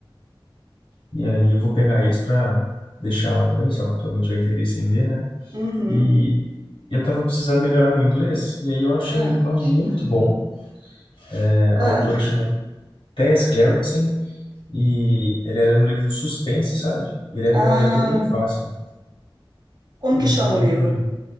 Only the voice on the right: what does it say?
Uhum.
Ah,
ah.
Ah,
como que
chama o livro?